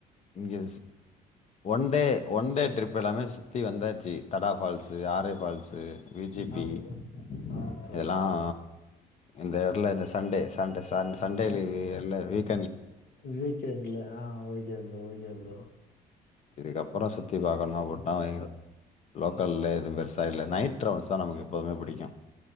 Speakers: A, on the left; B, on the left.
A: இங்க ஒன்டே ஒன்டே ட்ரிப் இப்போ எல்லாமே சுத்தி வந்தாச்சு தடா ஃபால்சு ஆரை ஃபால்சு வி ஜி
B: ஆ
A: பி
B: ப்ரோ ஆ ப்ரோ
A: இதெல்லாம்
B: ஆ ப்ரோ
A: இந்த இடல இந்த சண்டே சண்ட சண்டே
B: ஆ
A: ல வீக்
B: வீக்கெண்ட்ல ஆஹ ஓகே ப்ரோ ஓகே ப்ரோ
A: இதுக்கப்புறம் சுற்றி பாக்கணும் நா ஒரு நாலயிடும் லோக்கலே எதுவும் பெருசாக இல்ல நைட் ரவுண்டஸ் தான் நமக்கு எப்போதுமே பிடிக்கும்